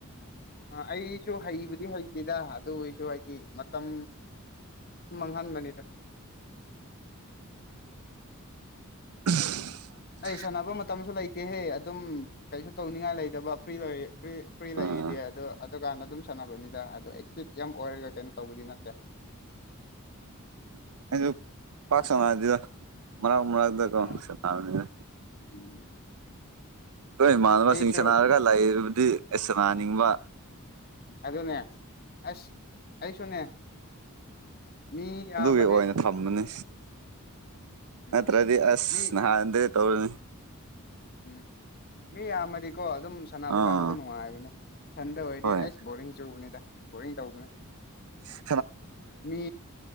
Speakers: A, on the left; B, on the right.
A: ꯑꯩꯁꯨ ꯍꯩꯕꯨꯗꯤ ꯍꯩꯇꯦꯗ ꯑꯗꯨ ꯑꯣꯏꯔꯁꯨ ꯍꯥꯏꯗꯤ ꯃꯇꯝ ꯁꯨꯝ ꯃꯥꯡꯍꯟꯕꯅꯤꯗ
B: <inaudible> <unintelligible>
A: ꯁꯅꯕ ꯃꯇꯝꯁꯨ ꯂꯩꯇꯦꯍꯦ ꯑꯗꯨꯝ ꯀꯩꯁꯨ ꯇꯧꯅꯤꯡꯉꯥꯏ ꯂꯩꯇꯕ ꯐ꯭ꯔꯤ ꯂꯔ ꯔꯤ ꯐ꯭ꯔꯤ
B: ꯑꯥ
A: ꯂꯩꯗꯤ ꯑꯗꯨ ꯑꯗꯨꯀꯥꯟꯗ ꯑꯗꯨꯝ ꯁꯥꯟꯅꯕꯅꯤꯗ ꯑꯗꯣ ꯑꯦꯛꯇꯤꯚ ꯌꯥꯝ ꯑꯣꯏꯔꯒ ꯀꯩꯅꯣ ꯇꯧꯕꯗꯤ ꯅꯠꯇꯦ
B: <unintelligible> <unintelligible> ꯑꯩꯁꯨ ꯄꯥꯛ ꯁꯅꯁꯤꯗ ꯃꯔꯥꯛ ꯃꯔꯥꯛꯛꯇꯀꯣ
A: ꯑ
B: ꯁꯕꯅꯤꯗ
A: ꯎꯝ
B: ꯑꯩꯈꯣꯏ
A: ꯑꯗꯨꯅꯦ
B: ꯏꯃꯥꯟꯅꯕꯁꯤꯡ
A: ꯑꯩꯁꯨ
B: ꯁꯥꯟꯅꯔꯒ ꯂꯩꯗꯤ ꯑꯁ ꯁꯥꯟꯅꯅꯤꯡꯕ
A: ꯑꯗꯨꯅꯦ ꯑꯁ ꯑꯩꯁꯨꯅꯦ ꯃꯤ ꯌꯥꯝꯃꯗꯤ
B: ꯑꯗꯨꯒꯤ ꯑꯣꯏꯅ ꯊꯝꯃꯅꯤ
A: ꯎꯝ
B: ꯅꯠꯇ꯭ꯔꯗꯤ ꯑꯁ
A: ꯃꯤ
B: ꯅꯍꯥꯟꯗ ꯇꯧꯔꯅꯤ
A: ꯎꯝ ꯃꯤ ꯌꯥꯃꯔꯤ ꯀꯣ ꯑꯗꯨꯝ ꯁꯥꯟꯅꯕ
B: ꯑꯥ
A: ꯀꯥꯟꯗꯁꯨ ꯅꯨꯡꯉꯥꯏꯕꯅꯦ ꯁꯟꯗ ꯑꯣꯏꯔꯗꯤ
B: ꯍꯣꯏ
A: ꯑꯩꯁ ꯕꯣꯔꯤꯡ ꯆꯕꯅꯤꯗ ꯕꯣꯔꯤꯡ ꯇꯧꯕꯅꯦ
B: ꯍ
A: ꯃꯤ